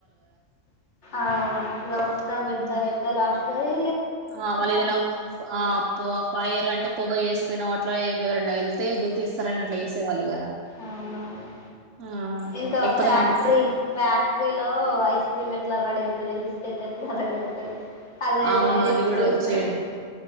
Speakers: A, on the left (about 55°); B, on the right (about 65°).
A: అవును ఇగ మొత్తం వెళ్తా
B: ఉమ్.
A: వెళ్తా లాస్ట్ కది
B: ఆ వాళ్ళు ఏదైనా ఆ పొ ఫైర్ అంటే పొగ చేస్తనో అట్లా ఎవరనా ఎళ్తే గుర్తిస్తరని అట్లా చేసేవాళ్ళు కదా.
A: అవునవును
B: ఆ
A: ఇంకా
B: లేకపోతే
A: ఫ్యాక్టరీ
B: మనం అక్కడ-
A: ఫ్యా క్టరీలో ఐస్ క్రీమ్ ఎట్లా రెడీ అవుతది, బిస్కెట్ ఎట్లా రెడీ అవుతది. అదదే
B: ఆ, అవును అది కూడా
A: చూస్తు
B: వచ్చేది